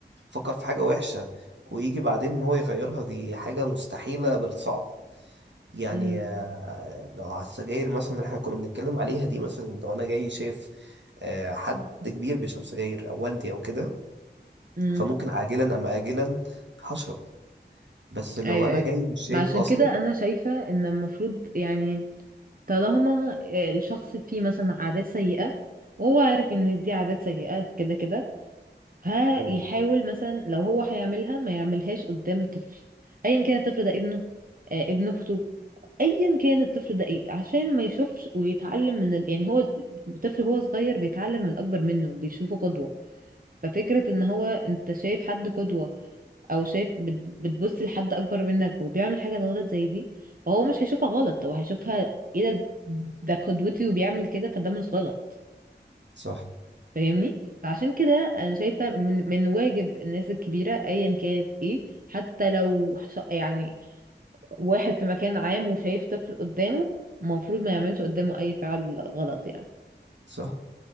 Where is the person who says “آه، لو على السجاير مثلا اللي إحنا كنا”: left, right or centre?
Right